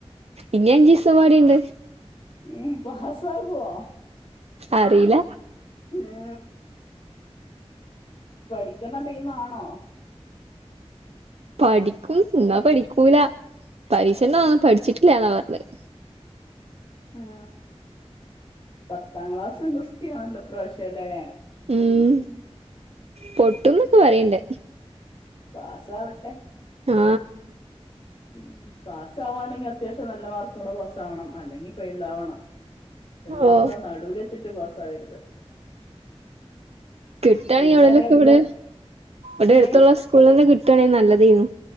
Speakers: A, on the right; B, on the left.
A: ഇഞ്ഞി അഞ്ചിസംപാടിണ്ട്
B: ഏ പാസ്സാവോ
A: അറീല
B: ഏ പഠിക്കണ ടീമാണോ
A: പഠിക്കും ന്ന പഠിക്കൂല പരീക്ഷന്റന്നൊന്നും പഠിച്ചിട്ടില്ല ന്നാ പറഞ്ഞത്
B: ആ പത്താംക്ലാസും ഗുസ്തിയാണല്ലോ ഇപ്രാശ്യം ലേ
A: ഉം പൊട്ടുംന്നൊക്കെപറയ്ണ്ട്
B: പാസാവെട്ടെ
A: ആ
B: ഉം പാസാവാണെങ്കി അത്യാവശ്യം നല്ല മാർക്കോടെ പാസ്സാവണം അല്ലെങ്കിൽ ഫെയിൽഡാവണം. രണ്ട്ന്റേം
A: ഓ
B: കൂടെ നടുല് വെച്ച്ട്ട് പാസ്സാവരുത്
A: കിട്ടാണെങ്കി
B: ഫെയിൽഡ്
A: എവിടെലൊക്കെവടെ
B: ആയാ പിന്നെ
A: ഇവടെട്ത്ത്ള്ള
B: ഏ
A: സ്കൂളിലെന്നെ കിട്ടാണെങ്കി നല്ലതേന്നു